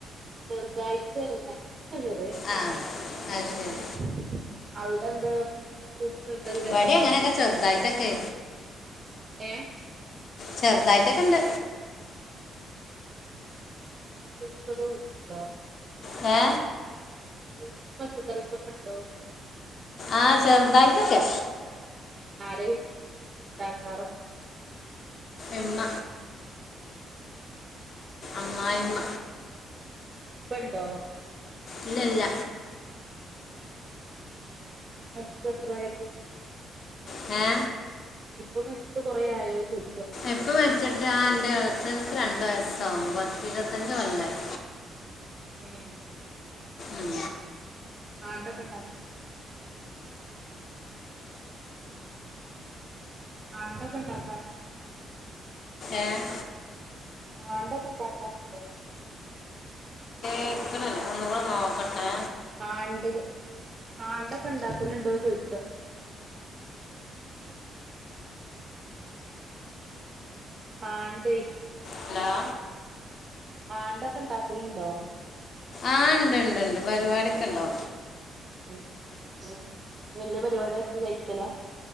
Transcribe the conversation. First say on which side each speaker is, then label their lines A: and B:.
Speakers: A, on the right; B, on the left.
A: ചെറുതായിട്ട് <unintelligible>
B: ആ അത് ശരി
A: ഔ എന്താ ഫ്രൂട്സെന്തെങ്കിലുക്കെണ്ടോ?
B: ഇവിടെ അങ്ങനെയൊക്കെ ചെറുതായിട്ടൊക്കെ
A: ഏ
B: ചെറുതായിട്ടൊക്കെണ്ട്
A: ഫ്രൂഡ്സൊക്കോ വി ഇണ്ടോ?
B: ഏ
A: ഫ്രൂഡ്സും പച്ചക്കറികളൊക്കെ ഇണ്ടോന്ന് ചോയ്ക്ക
B: ആഹ് ചെർദായിട്ടൊക്കെ
A: ആരെ <unintelligible> ഉണ്ടാക്കാറപ്പോ?
B: ഇമ്മ അമ്മായിമ്മ
A: ഇപ്പണ്ടൊ?
B: ഇല്ല ല്ല
A: <unintelligible>
B: ങ്ഹേ
A: ഇപ്പ മിസ്ഡ് കൊറേ ആയോ ചോയിച്ച്
B: ഇപ്പ മരിച്ചിട്ട് ആഹ് എന്റെ എളേച്ചനുക്ക് രണ്ടു വയസ്സാവും. പത്തിരുപ പത്തു കൊല്ലായി.
A: ഉം
B: ഉം
A: ആണ്ടൊക്കെ ഉണ്ടാക്കുന്നുണ്ടോ ആണ്ടൊക്കെ ഇണ്ടാക്കാറണ്ടോ ചോയ്ക്ക്യ
B: ഏഹ്
A: ആണ്ടോക്കെ ഇണ്ടാക്കാറുണ്ടോന്ന്
B: കേക്കണില്ല, ഒന്ന് കൂടെ നോക്കട്ടെ.
A: ആഹ് ഒണ്ട്. ആണ്ടൊക്കെ ഉണ്ടാക്കണുണ്ടോന്ന് ചോദിക്ക? ആണ്ട്
B: ഹലോ
A: ആണ്ടൊക്കെ ഉണ്ടാക്കല്ണ്ടോ?
B: ആഹ് ഇണ്ട് ഇണ്ട് ഇണ്ട് പരിപാടികൊണ്ടോ
A: ഏഹ് ഓഹ് വല്യ പരിപാടൊക്കെ കഴിക്കലാ?